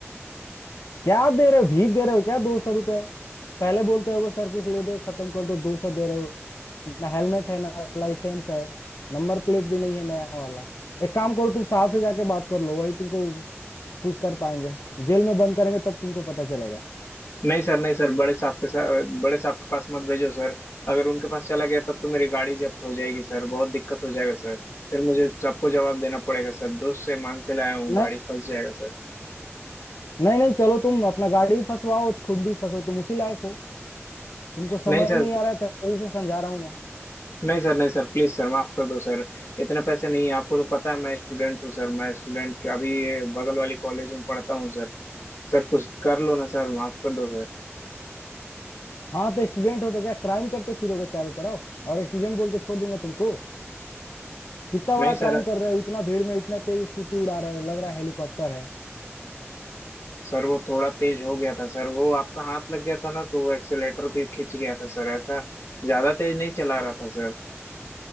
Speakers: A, on the left; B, on the left.
A: क्या दे रहे हो भीख दे रहे हो क्या दो सौ रुपए पहले बोलते हो सर कुछ ले दे खत्म कर दो दो सौ दे रहे हो ना हेलमेट है ना लाइसेंस है नंबर प्लेट भी नहीं है नया वाला एक काम करो तुम साहब से जाके बात कर लो वही तुमको कुछ कर पाएंगे जेल में बंद करेंगे तब तुमको पता चलेगा
B: नहीं सर नहीं सर बड़े साहब के साथ बड़े साहब के पास मत भेजो सर अगर उनके पास चला गया तब तो मेरी गाड़ी जब्त हो जाएगी सर बहुत दिक्कत हो जाएगा सर फिर मुझे सबको जवाब देना पड़ेगा सर दोस्त से मांग के लाया हूँ
A: नहीं
B: गाड़ी फंस जाएगा सर
A: नहीं नहीं चलो तुम अपना गाड़ी फंसवाओ तो खुद भी फंसो तुम उसी लायक हो तुमको समझ
B: नहीं
A: नहीं
B: सर
A: आ रहा है तभी से समझा रहा हूँ मैं
B: नहीं सर नहीं सर प्लीज सर माफ कर दो सर इतने पैसे नहीं है आपको तो पता है मैं स्टूडेंट हूँ सर मैं स्टूडेंट अभी बगल वाली कॉलेज में पढ़ता हूँ सर सर कुछ कर लो ना सर माफ कर दो सर
A: हाँ तो स्टूडेंट हो तो क्या क्राइम करते फिरोगे चारों तरफ और स्टूडेंट बोल के छोड़ दूंगा तुमको कितना बड़ा
B: नहीं
A: क्राइम
B: सर
A: कर रहे हो इतना भीड़ में इतना तेज स्कूटी उड़ा रहे हो लग रहा है हेलीकॉप्टर है
B: सर वो थोड़ा तेज हो गया था सर वो आपका हाथ लग गया था ना तो वो एक्सेलेटर भी खिंच गया था सर ऐसा ज्यादा तेज नहीं चला रहा था सर